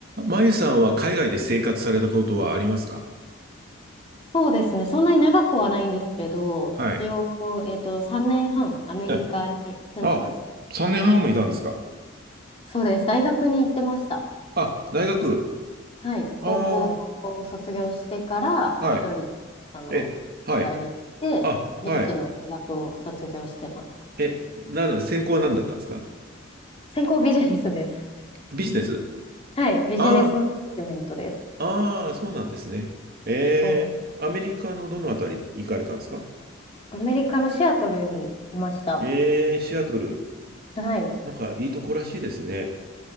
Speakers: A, on the right; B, on the left.
A: まゆさんは海外で生活されたことはありますか
B: そうですね。そんなに長くはないんですけど、
A: はい。
B: 一応、えっと、3年半、アメリカに住んでました。
A: はい。あ、3年半もいたんですか
B: そうです。大学に行ってました。
A: あ、大学。
B: はい。高校を卒業してから、
A: ああ、はい。
B: 一人、あの、
A: え、はい。
B: アメリカに行って、
A: あ、はい。
B: 現地の大学を卒業してます。
A: え、なの、専攻は何だったんですか
B: 専攻ビジネスです。
A: ビジネス
B: はい。ビジネスマネジメントです。
A: ああ、ああ、そうなんですね。えー、
B: そ
A: アメリカのどのあたり行かれたんですか
B: う。アメリカのシアトルにいました。
A: えー、シアトル。
B: はい。
A: なんかいいとこらしいですね。